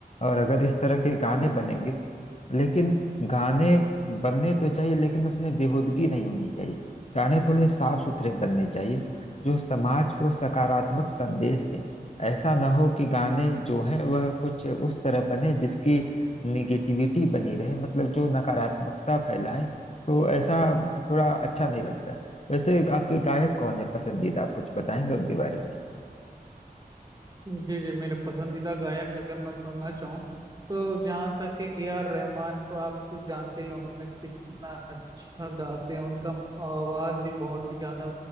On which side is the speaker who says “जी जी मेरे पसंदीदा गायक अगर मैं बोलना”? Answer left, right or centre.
Right